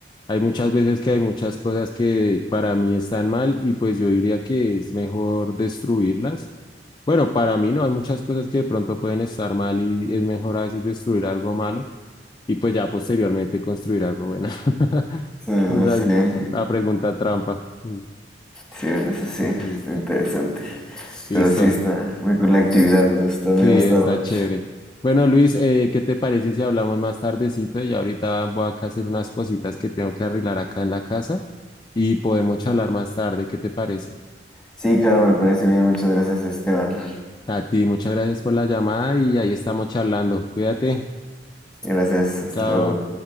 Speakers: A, on the left (about 25°); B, in the centre.
A: Hay muchas veces que hay muchas cosas que para mí están mal y pues yo diría que es mejor destruirlas. Bueno, para mí no, hay muchas cosas que de pronto pueden estar mal y es mejor a veces destruir algo malo y pues ya posteriormente construir algo bueno. <laughs>
B: Sí, eso
A: O sea,
B: sí.
A: la pregunta trampa. Mm,
B: Sí, bueno, eso sí, está
A: Sí,
B: interesante.
A: listo.
B: Pero sí, está muy cool la actividad, me gustó,
A: Sí,
B: me ha gustado
A: está chévere.
B: mucho.
A: Bueno, Luis, eh, ¿qué te parece si hablamos más tardecito? Y ahorita voy acá a hacer unas cositas que tengo que arreglar acá en la casa y podemos charlar más tarde. ¿Qué te parece?
B: Sí, claro, me parece bien, muchas gracias, Esteban.
A: A ti, muchas gracias por la llamada y ahí estamos charlando. Cuídate.
B: Gracias, hasta
A: Chao.
B: luego.